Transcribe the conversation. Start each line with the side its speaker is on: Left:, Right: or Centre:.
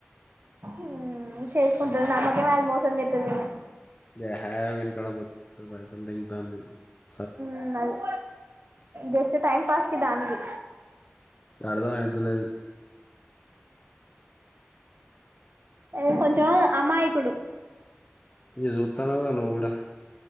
Right: ఉమ్ చేసుకుంటుంది నమ్మకమే అది మోసం చేస్తుంది అని
Left: ఏహే వీనీ కాడ మొత్తం పైసలు! !!!!!!!!!
Right: ఉమ్ అదే జస్ట్ టైమ్ పాస్ కి దానికి
Left: అర్దమైతలేదు
Right: ఏదో కొంచెం అమాయికుడు
Left: ఇగ చూత్తన్నావుగా నువ్వు కూడా